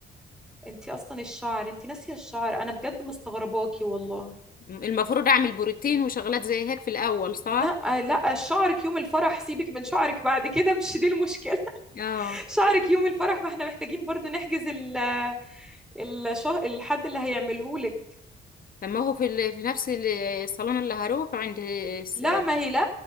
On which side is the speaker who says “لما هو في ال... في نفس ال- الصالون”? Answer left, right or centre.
Left